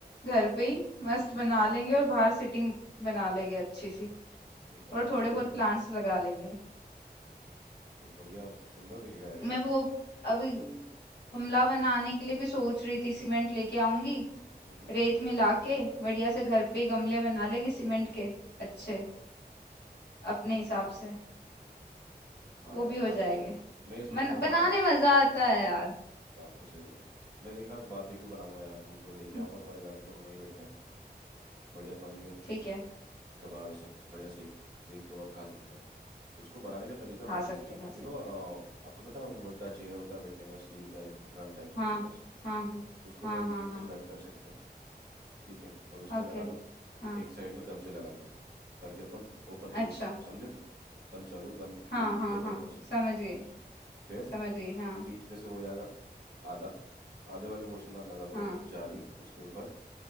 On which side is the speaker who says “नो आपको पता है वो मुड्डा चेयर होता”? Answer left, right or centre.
Right